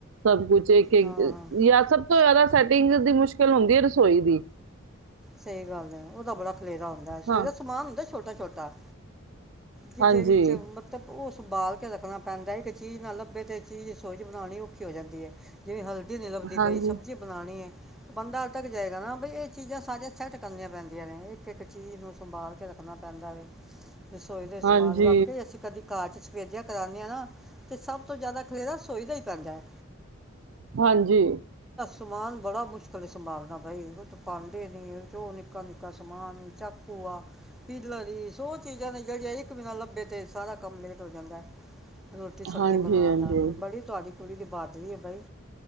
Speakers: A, on the right (about 70°); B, in the centre.
A: ਸਭ ਕੁਛ ਇੱਕ
B: ਹਾਂ ਹਾਂ
A: ਯ ਸਭ ਤੋਂ ਜ਼ਿਆਦਾ ਸੈਟਿੰਗ ਦੀ ਮੁਸ਼ਕਿਲ ਹੋਂਦੀ ਐ ਰਸੋਈ ਦੀ।
B: ਸਈ ਗੱਲ ਐ, ਓਦਾ ਬੜਾ ਖਲੇਰਾ ਹੁੰਦਾ ਐ। ਰਸੋਈ
A: ਹਾਂ
B: ਦਾ ਸਮਾਨ ਹੁੰਦੈ ਛੋਟਾ ਛ ਛੋਟਾ, ਜਿਦੇ
A: ਹਾਂਜੀ
B: ਵਿੱਚ ਮਤਬ ਓ ਸੰਬਾਲ ਕੇ ਰੱਖਨਾ ਪੈਂਦਾ ਇੱਕ ਚੀਜ ਨਾ ਲੱਬੇ, ਤੇ ਚੀਜ ਰਸੋਈ ਚ ਬਣਾਓਣੀ ਔਖੀ ਹੋ ਜਾਂਦੀ ਐ। ਜਿਵੇਂ ਹਲਦੀ <inaudible> ਨਹੀਂ ਲਭਦੀ
A: ਹਾਂਜੀ
B: ਪਈ ਸਬਜੀ ਬਣਾਣੀ ਏ ਬੰਦਾ <inaudible> ਤੱਕ ਜਾਏਗਾ ਨਾ ਬਈ ਏ ਚੀਜਾ ਸਾਰੇੇਅ <inaudible> ਕਨੀਆਂ ਪੈਂਦੀਆਂ ਨੇ ਇੱਕ- ਇੱਕ ਚੀਜ ਨੂੰ ਸੰਭਾਲ ਕੇ ਰੱਖਨਾ ਪੈਂਦਾ ਵੇ। ਰਸੋਈ ਦਈ ਸਮਾਨ,
A: ਹਾਂਜੀ,
B: ਵਾਕਈ ਅਸੀਂ ਕਦੀ ਘਾਰ ਚ ਸਫੇਦਿਆ ਕਰਾਨੇ ਆਂ ਨਾ ਤੇ ਸਬ ਤੋਂ ਜੈਦਾ ਖਲੇੇਰਾ ਰਸੋਈ ਦਾ ਈ ਕਰਦਾ ਏ।
A: ਹਾਂਜੀ।
B: ਸਮਾਨ ਬੜਾ ਮੁਸ਼ਕਿਲ ਏ ਸੰਭਾਲਣਾ ਬਈ <unintelligible> ਪਾਂਡੇ ਨਹੀਂ ਜੋ ਨਿੱਕਾ-ਨਿੱਕਾ ਸਮਾਨ ਚਾਕੂ ਆ, ਪੀਲਰ ਈ, ਸੋ ਚੀਜ਼ਾਂ ਨੇ ਜਿਹੜੀਆਂ ਇੱਕ ਵੀ ਨਾ ਲੱਭੇ ਤੇ ਸਾਰਾ ਕੰਮ ਲੇਟ ਹੋ ਜਾਂਦਾ ਏ। ਰੋਟੀ ਸਬਜ਼ੀ
A: ਹਾਂਜੀ,
B: ਬਣਾਉਣ
A: ਹਾਂਜੀ,
B: ਦਾ, ਬੜੀ ਤੁਹਾਡੀ ਕੁੜੀ ਦੀ ਬਾਦਰੀ ਏ ਬਈ।